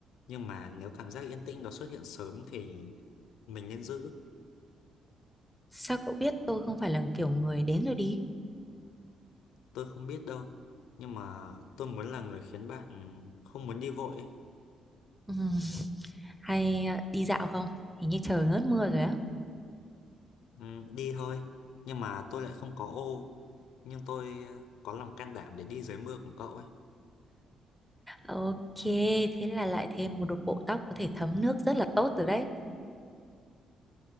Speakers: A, on the left; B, in the centre.
A: Nhưng mà nếu cảm giác yên tĩnh đó xuất hiện sớm thì mình nên giữ.
B: Sao cậu biết tôi không phải là kiểu người đến rồi đi?
A: Tôi không biết đâu. Nhưng mà tôi muốn là người khiến bạn không muốn đi vội ấy.
B: Ừm, <laughs> hay à, đi dạo không? Hình như trời ngớt mưa rồi á.
A: Ừ, đi thôi nhưng mà tôi lại không có ô nhưng tôi ờ, có lòng can đảm để đi dưới mưa cùng cậu ấy
B: Ok, thế là lại thêm một bộ tóc có thể thấm nước rất là tốt rồi đấy.